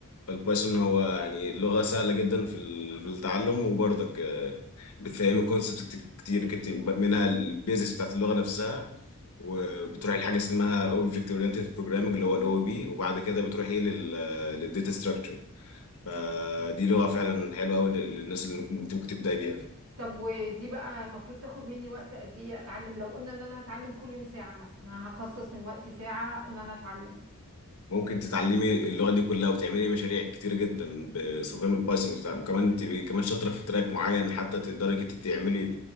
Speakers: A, on the left; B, on the right.
A: فالبايثون هو يعني لغة سهلة جدا في ال- في التعلم وبرضك آه، بتفهمي كونسبت كتير كتير منها البيزكس بتاعت اللغة نفسها وبتروحي لحاجة اسمها Object Oriented Programming اللي هو ال OOP وبعد كده بتروحي لل للداتا ستراكشر فدي لغة فعلا حلوة أوي للناس اللي ممكن ممكن تبدأي بيها
B: طب ودي بقى المفروض تاخد مني وقت قد ايه اتعلم لو قلنا ان انا هتعلم كل يوم ساعه مثلا هخصص من وقتي ساعه ان انا اتعلم
A: ممكن تتعلمي اللغة دي كلها وتعملي مشاريع كتير جدا باستخدام البايثون وبتاع. وكمان تبقي كمان شاطرة في تراك معين حتى تقدري انت تعملي